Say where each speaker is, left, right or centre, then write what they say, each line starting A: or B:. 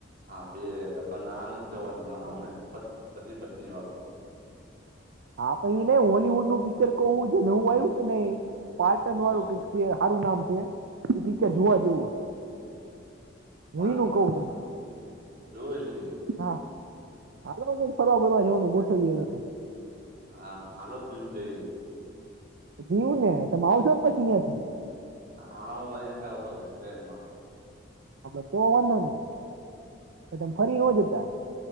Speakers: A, on the right; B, on the right.
A: હા બે આપણ ના નથી જવાની નો હવે પ પતિ પત્ની વાળું.
B: હા પઈ ને હોલલીવુડ નું પિક્ચર કવું છે નવું આવ્યું કે નહિ. પારટન
A: હમ
B: વાળું કઈક કે હારું નામ છે એ પિક્ચર
A: હમ
B: જોવા જેવું હે. હું
A: વાંધો
B: ઈ ને કવું
A: વાંધો
B: નો
A: જોઈ લઈએ
B: હા. આટલું બધું ફરવા બરવા જવાનું ગોઠવી નથી.
A: હા હાલો જ દ્વિવ જોઈએ.
B: દ્વિવ ને તમે આવજો પછી ઈયા થી.
A: હા હું અહિયાં તી આવતો રહીશ ટ્રેન માં.
B: આપણો તો વાંધો નહી પછી તમે ફરી ન જતા.